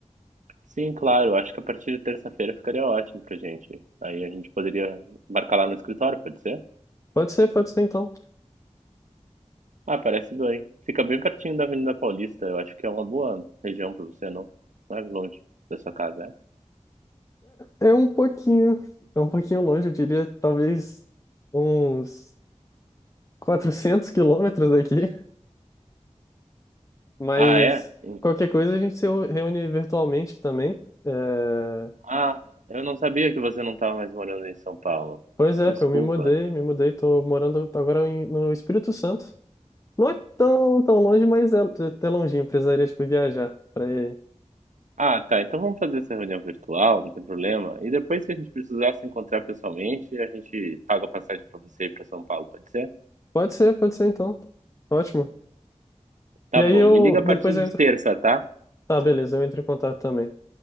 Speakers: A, on the right; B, on the left.
A: Sim, claro, acho que a partir de terça-feira ficaria ótimo pra gente. Aí a gente poderia marcar lá no escritório, pode ser?
B: Pode ser, pode ser então.
A: Ah, parece bem. Fica bem pertinho da Avenida Paulista. Eu acho que é uma boa região pra você, não? Não é longe da sua casa, é?
B: É, é um pouquinho, é um pouquinho longe, eu diria, talvez uns Quatrocentos quilômetros daqui, mas
A: Ah, é? Em-
B: qualquer coisa a gente se reúne virtualmente também. É,
A: Ah, eu não sabia que você não estava mais morando em São Paulo.
B: Pois é,
A: Desculpa.
B: pô, eu me mudei, me mudei, tô morando agora em- no Espírito Santo. Não é tão, tão longe, mas é até longinho, precisaria, tipo, viajar pra ir.
A: Ah, tá. Então vamos fazer essa reunião virtual, não tem problema. E depois, se a gente precisar se encontrar pessoalmente, a gente paga a passagem pra você ir pra São Paulo, pode ser?
B: Pode ser, pode ser então. Ótimo.
A: Tá
B: E aí
A: bom.
B: eu,
A: Me liga a
B: depois
A: partir
B: eu
A: de
B: entro.
A: terça, tá?
B: Tá, beleza, eu entro em contato também.